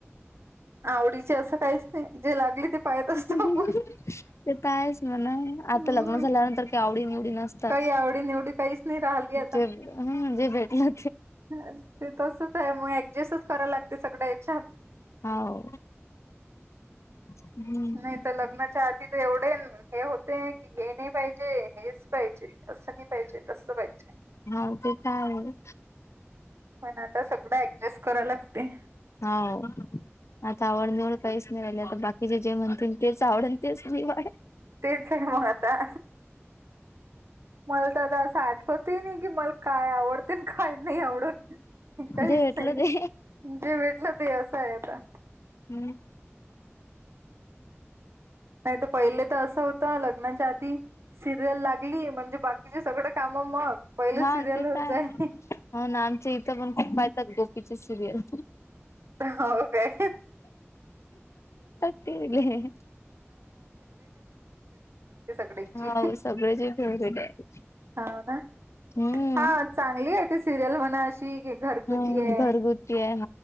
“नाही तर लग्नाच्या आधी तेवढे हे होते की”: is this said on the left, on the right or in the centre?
Right